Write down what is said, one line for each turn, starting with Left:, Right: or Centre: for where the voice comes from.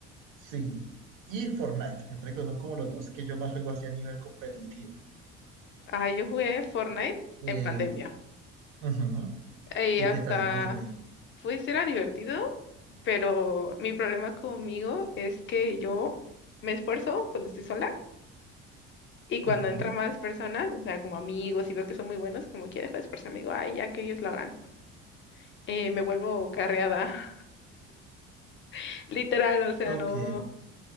Right: sí, y Fortnite, me parece que son como los dos que yo más juego así a nivel competitivo.
Left: Ah, yo jugué Fortnite
Right: Eh,
Left: en pandemia.
Right: ujú.
Left: Y
Right: ¿Y
Left: hasta,
Right: qué tal? ¿Cómo te fue?
Left: pues era divertido, pero mi problema conmigo es que yo me esfuerzo cuando estoy sola y cuando
Right: Ujú.
Left: entran más personas, o sea, como amigos y veo que son muy buenos, como que dejo de esforzarme, digo, ay, ya que ellos lo hagan. Eh, me vuelvo carreada, <laughs> literal, o sea,
Right: Ok,
Left: no.